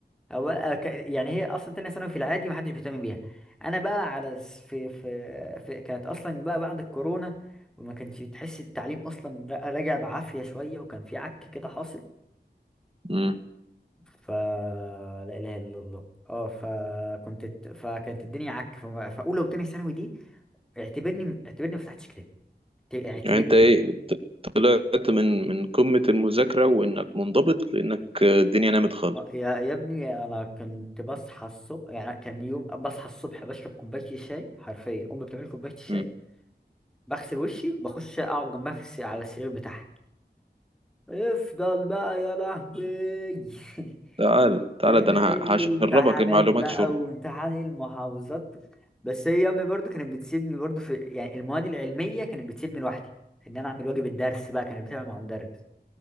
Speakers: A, in the centre; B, on the right (about 30°).
A: هو أه ك- يعني هي اصلا تانية ثانوي في العادي ما حدش بيهتم بيها انا بقى على س- في في, في... كانت اصلا بقى بعد الكورونا وما كانش تحس التعليم اصلا را- راجع بعافيه شويه وكان في عك كده حاصل
B: امم
A: فلا اله الا الله اه فكنت فكانت الدنيا عك ف- فاولى وتانية ثانوي دي اعتبرني اعتبرني ما فتحتش كتاب اعت- اعتبرني
B: يعني انت ايه طلعت من من قمة المذاكرة وانك منضبط لانك آه، الدنيا نامت خالص
A: آه، يا يا ابني انا كنت بصحى الصبح يعني كان يوم بصحى الصبح بشرب كوبايه الشاي حرفيا امي بتعمل كوبايه الشاي
B: امم
A: بغسل وشي بخش اقعد جنبها في الس... على السرير بتاعها افضل بقى يا لهوي <laughs>
B: تعال تعال
A: ونحل
B: ده انا ه- هشربك
A: امتحانات
B: المعلومات
A: بقى
B: شرب
A: وامتحان المحافظات بس هي امي برضو كانت بتسيبني برضو في يعني المواد العلميه كانت بتسيبني لوحدي ان انا اعمل واجب الدرس بقى كانت بتعمل مع مدرس